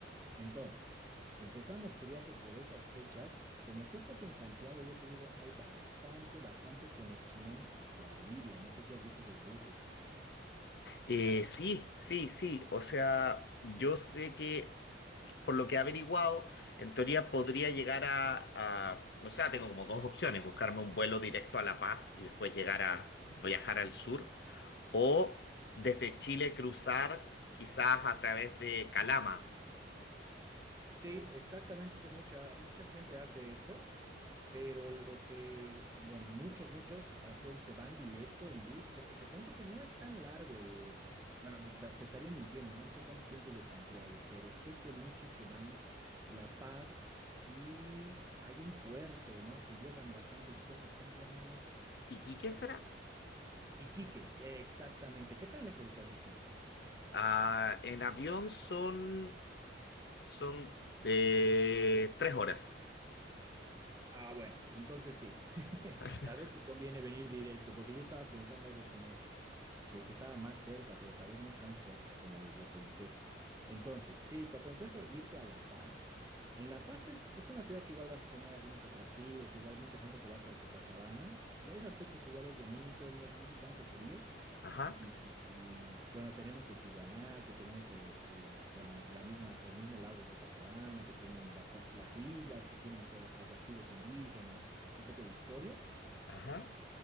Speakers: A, on the right; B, on the left.
A: Entonces, empezamos tu viaje por esas fechas. Como tú estás en Santiago, yo te digo, hay bastante, bastante conexión hacia Bolivia. No sé si has visto esos buses.
B: Eh, sí, sí, sí. O sea, yo sé que por lo que he averiguado, en teoría podría llegar a, a- o sea, tengo como dos opciones, buscarme un vuelo directo a La Paz y después llegar a viajar al sur, o desde Chile cruzar quizás a través de Calama.
A: Sí, exactamente, mucha, mucha gente hace eso, pero lo que, bueno, muchos, muchos hacen, se van directo en bus, porque te cuento que no es tan largo el, bueno, da- te estaría mintiendo, no sé cuánto tiempo es de Santiago, pero sé que muchos se van La Paz y hay un puerto, ¿no? Que llegan bastantes cosas, ¿cómo se llama? Es
B: ¿Iquique será?
A: Iquique, que exactamente. ¿Qué tan lejos estás de Iquique?
B: Ah, en avión son, son eh, tres horas.
A: Ah, bueno, entonces sí. <laughs>
B: <laughs>
A: Tal vez te conviene venir directo, porque yo estaba pensando algo como que, que estaba más cerca, pero tal vez no es tan cerca como lo pensé. Entonces, sí, te aconsejo irte a La Paz. En La Paz es, es una ciudad que igual vas a tener algunos atractivos, igual mucha gente se va por Copacabana. Esas fechas igual es bonito, no, es, no hace tanto frío.
B: Ajá,
A: Y, y- y, bueno, tenemos el Tiwanaku, tenemos el, el, bueno, la misma, el mismo lago Copacabana, que tienen basta- las islas, que tienen o sea, atractivos indígenas, un poco de historia.
B: ajá.